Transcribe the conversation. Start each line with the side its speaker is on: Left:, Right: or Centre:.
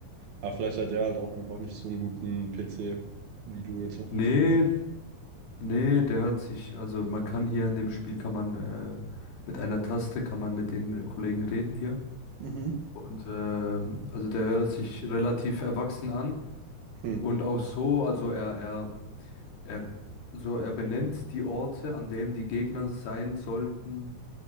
Right: Aber vielleicht hat er halt auch einfach nicht so einen guten PC, wie du jetzt auch
Left: Nee,
Right: verzeihst.
Left: nee, der hat sich, also man kann hier in dem Spiel, kann man äh, mit einer Taste, kann man mit den äh, Kollegen reden hier.
Right: Mhm.
Left: Und ähm, also der hört sich relativ erwachsen an.
Right: Hm.
Left: Und auch so, also er, er Er, so, er benennt die Orte, an denen die Gegner sein sollten.